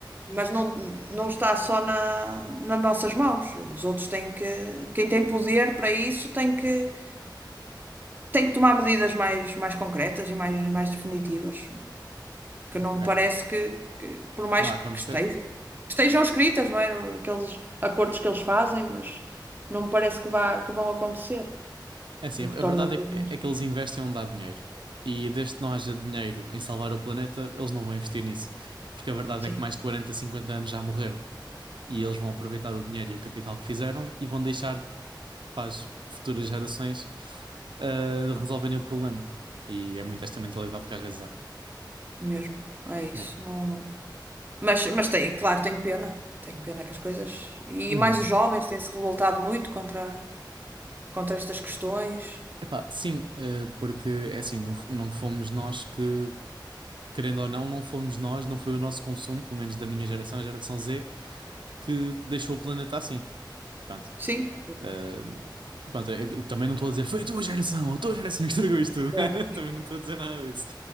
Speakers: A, on the right; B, on the right.
A: mas não, não está só na, nas nossas mãos. Os outros têm que, quem tem poder para isso tem que, tem que tomar medidas mais, mais concretas e mais, mais definitivas, que
B: Ok.
A: não me parece que, que por mais
B: Que vai
A: que
B: acontecer.
A: estejam, que estejam escritas, não é? Aqueles acordos que eles fazem, mas não me parece que vá, que vão acontecer,
B: É assim,
A: o
B: a
A: que torna
B: a verdade
A: tudo
B: é que,
A: mais.
B: é que eles investem onde há dinheiro. E desde que não haja dinheiro em salvar o planeta, eles não vão investir nisso. Porque a verdade
A: Sim.
B: é que mais de 40, 50 anos já morreram. E eles vão aproveitar o dinheiro e o capital que fizeram e vão deixar para as futuras gerações ah, resolverem o problema. E é muito esta mentalidade que às vezes há.
A: mesmo. É isso.
B: Yeah.
A: Não... Mas, mas tem, claro, tenho pena. Tenho pena que as coisas. E
B: Uhum.
A: mais os jovens têm-se revoltado muito contra, contra estas questões.
B: Epá, sim, ah, porque é assim, não, f- não fomos nós que, querendo ou não, não fomos nós, não foi o nosso consumo, pelo menos da minha geração, a geração Z que deixou o planeta assim. Pronto.
A: Sim.
B: Eh, pronto, eu também não estou a dizer foi a tua geração, a tua geração que estragou isto
A: Exato.
B: tudo. <laughs> Também não estou a dizer nada disso.